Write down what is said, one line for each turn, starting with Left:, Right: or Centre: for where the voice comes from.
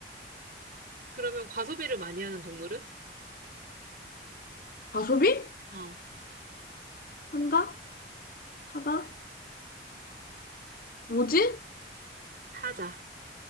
Right: 그러면 과소비를 많이 하는 동물은?
Left: <laughs> 과소비?
Right: 어,
Left: 산다? 사다? 뭐지?
Right: 사자.